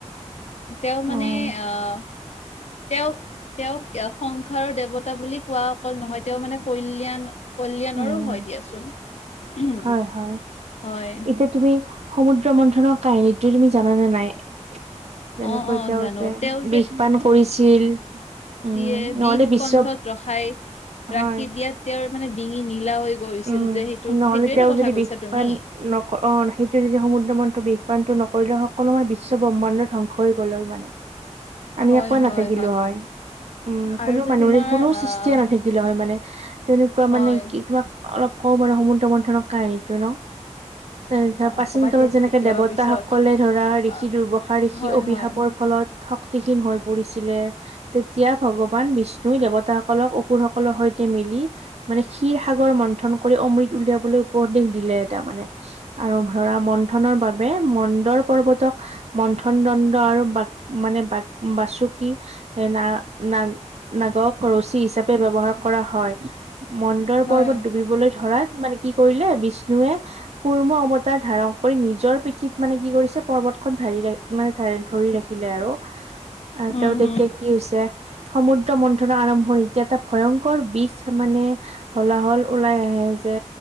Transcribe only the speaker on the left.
তেওঁ
মানে আহ তেওঁক তেওঁক কিয়া সংসাৰৰ দেৱতা বুলি কোৱা অকল নহয় তেওঁ মানে কল্যাণ কল্যাণৰো
হয় দিয়াচোন হুম
হয়
অ', অ',
জানো
তেওঁ
দিয়ে
বিষ
কণ্ঠত ৰখাই
ৰাখি দিয়েত তেওঁৰ মানে ডিঙি নীলা হৈ গৈছিল
যে সেইটো
সেইটোৱেতো
কথা
কৈছা
তুমি
হয়,
হয়,
আৰু
যে
তোমাৰ
আহ
হয়
অ',
অ', ক'বা
দিয়া
কেতিয়াবা
পিছত
অ',
হয়,
হয়,
হয়।
উম,
হম,